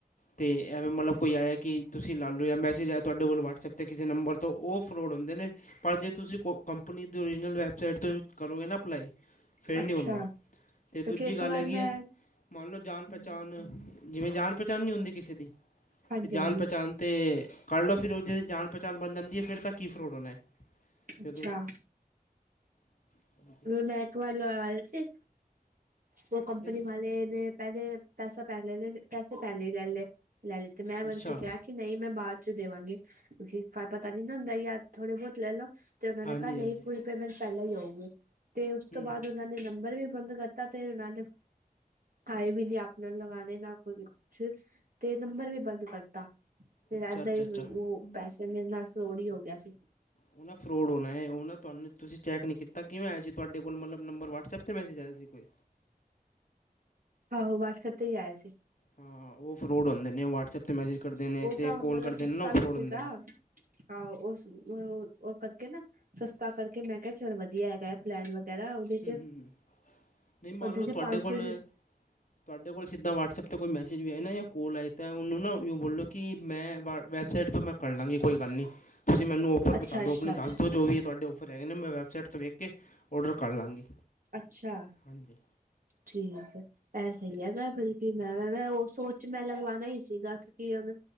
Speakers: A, on the left (about 55°); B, on the right (about 60°).
A: ਤੇ ਐਵੇਂ ਮਤਲਬ ਕੋਈ ਆਇਆ ਕਿ ਤੁਸੀਂ ਲਾ ਲਓ ਯਾ ਮੈਸੇਜ ਆਇਆ ਤੁਆਡੇ ਕੋਲ ਵਟਸਐਪ ਤੇ ਕਿਸੇ ਨੰਬਰ ਤੋ ਓ ਫਰੋਡ ਹੁੰਦੇ ਨੇ ਪਰ ਜੇ ਤੁਸੀਂ ਕੋ ਕੰਪਨੀ ਦੀ ਓਰੀਜਨਲ ਵੈੱਬਸਾਈਟ ਤੋਂ ਕਰੋਗੇ ਨਾ ਅਪਲਾਈ ਫਿਰ
B: ਅੱਛਾ,
A: ਨੀ ਹੁੰਦਾ ਤੇ ਦੁਜੀ
B: ਕਿਉਂਕਿ ਇੱਕ
A: ਗੱਲ
B: ਵਾਰ
A: ਹੈਗੀ
B: ਮੈਂ
A: ਏ, ਮਨ ਲਓ ਜਾਣ ਪਹਿਚਾਣ ਜਿਵੇਂ ਜਾਣ ਪਹਿਚਾਣ ਨਈ ਹੁੰਦੀ ਕਿਸੇ ਦੀ
B: ਹਾਂਜੀ-ਹਾਂਜੀ।
A: ਅਤੇ ਜਾਣ ਪਹਿਚਾਣ ਤਾਂ ਕਰ ਲਓ ਫਿਰ ਉਹ ਜੇ ਜਾਣ ਪਹਿਚਾਣ ਬਣ ਜਾਂਦੀ ਹੈ ਫਿਰ ਤਾਂ ਕੀ ਫਰੋਡ ਹੋਣਾ ਹੈ
B: ਅੱਛਾ।
A: ਜਦੋਂ <inaudible>
B: ਮੈਂ ਇੱਕ ਵਾਰ ਲਵਾਏ ਸੀ। ਉਹ ਕੰਮਪਨੀ
A: ਨਹੀਂ
B: ਵਾਲੇ ਨੇ। ਪਹਿਲੇ ਪੈਸਾ ਪੈ ਲੈ <unintelligible> ਤੇ ਮੈਂ ਬਲਕਿ
A: ਅੱਛਾ
B: ਕੇ ਕਿਹਾ। ਕਿ ਨਈ ਮੈਂ ਬਾਦ ਚ ਦੇਵਾਂਗੀ। ਕਿਉਂਕੀ ਕਾਰ ਪਤਾ ਨੀ ਨਾ ਹੁੰਦਾ ਯਾਰ ਥੋੜੇ ਬਹੁਤ ਲੈ ਲਓ। ਤੇ ਉਹਨਾਂ
A: ਹਾਂਜੀ
B: ਨੇ ਕਾ ਨਈ
A: ਹਾਂਜੀ
B: ਫੁਲ ਪੇਮੈਂਟ ਪਹਿਲਾਂ ਹੀ ਆਊਗੀ। ਤੇ ਉਸ
A: ਹੂੰ
B: ਤੋਂ ਬਾਅਦ ਉਹਨਾਂ ਨੇ ਨੰਬਰ ਵੀ ਬੰਦ ਕਰ ਤਾ ਤੇ ਨਾਲੇਫ। ਆਏ ਵੀ ਨੀ ਆਪਨੇ ਲਗਾਨੇ ਨਾ ਕੋਈ ਕੁਛ, ਤੇ ਨੰਬਰ ਵੀ ਬੰਦ ਕਰਤਾ। ਫਿਰ
A: ਅੱਛਾ-ਅੱਛਾ-ਅੱਛਾ
B: ਏਦਾਂ ਹੀ
A: ਹੁੰ,
B: ਉਹ ਪੈਸੇ ਮੇਰੇ ਨਾਲ ਫਰੋਡ ਹੀ ਹੋ ਗਿਆ ਸੀ
A: ਉਹ ਨਾ ਫਰੋਡ ਹੋਨਾ ਐ, ਉਹ ਨਾ ਤੁਹਾਨੂੰ। ਤੁਸੀਂ ਚੈਕ ਨੀ ਕੀਤਾ ਕਿਵੇਂ ਇਆ ਸੀ ਤੁਹਾਡੇ ਕੋਲ ਮਤਲਬ ਨੰਬਰ ਵਟਸਐਪ ਤੇ ਮੈਸੇਜ ਆਇਆ ਸੀ ਕੋਈ।
B: ਆਹੋ ਵਟਸਐਪ ਤੇ ਹੀ ਆਇਆ ਸੀ।
A: ਹਾਂ, ਉਹ ਫਰੋਡ ਹੁੰਦੇ ਨੇ ਵਟਸਐਪ ਤੇ ਮੈਸੇਜ। ਕਰਦੇ ਨੇ
B: ਉਹ
A: ਅਤੇ
B: ਤਾਂ
A: ਕੋਲ
B: ਮਤਲਬ
A: ਕਰਦੇ
B: ਸਸਤਾ
A: ਨੇ ਨਾ ਉਹ ਫਰੋਡ
B: ਵੀ ਸੀਗਾ।
A: ਹੁੰਦੇ ਨੇ
B: ਆਹੋ ਉਹ ਸ ਉਹ ਕਰਕੇ ਨਾ ਸਸਤਾ ਕਰਕੇ ਮੈਂ ਕਿਹਾ ਚੱਲ ਵਧੀਆ ਹੈਗਾ। ਪਲੈਨ ਵਗੈਰਾ ਉਹਦੇ ਚ
A: ਹੁੰ-ਹੁੰ-ਹੁੰ ਨਈ ਮੰਨ
B: ਉਹਦੇ
A: ਲੋ ਤੁਹਾਡੇ
B: ਚ ਪੰਜ
A: ਕੋਲ
B: ਸੌ
A: ਤੁਹਾਡੇ ਕੋਲ ਸਿੱਧਾ ਵਟਸਐਪ ਤੇ ਕੋਈ ਮੈਸੇਜ ਵੀ ਆਏ ਨਾ ਯਾ ਕੋਲ ਆਏ ਤਾਂ ਉਹਨੂੰ ਨਾ ਓਯਿਓ ਬੋਲੋ ਕਿ ਮੈਂ ਬ ਵੈੱਬਸਾਈਟ ਤੋਂ ਮੈਂ ਕਰ ਲਾਂਗੀ ਕੋਈ ਗੱਲ ਨੀ। ਤੁਸੀਂ ਮੈਨੂੰ ਔਫਰ ਬਤਾ
B: ਅੱਛਾ
A: ਦੋ, ਆਪਣੇ ਦੱਸ
B: ਅੱਛਾ
A: ਦੋ ਜੋ ਵੀ ਐ ਤੁਹਾਡੇ ਔਫਰ ਹੇਗੇ ਨੇ ਮੈਂ ਵੈੱਬਸਾਈਟ ਤੋਂ ਵੇਖ ਕੇ ਔਡਰ ਕਰ ਲਾਂਗੀ,
B: ਅੱਛਾ
A: ਹਾਂਜੀ।
B: ਠੀਕ ਐ। ਏਹ ਸਈ
A: ਅਤੇ
B: ਹੈਗਾ ਬਲਕਿ ਮੈਂ ਮੈਂ ਉਹ ਸੋਚ ਮੈਂ ਲਗਵਾਨਾ ਈ ਸੀਗਾ ਕਿਉਂਕਿ ਉਹ